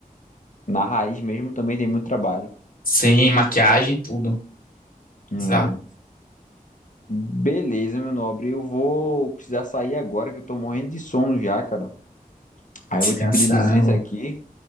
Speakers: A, on the left; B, on the left.
A: na raiz mesmo também tem muito trabalho.
B: sem maquiagem, tudo. Bizarro.
A: Hum. Beleza, meu nobre. Eu vou precisar sair agora que eu tô morrendo de sono já, cara. Aí
B: Descansar,
A: eu vou te pedir licença aqui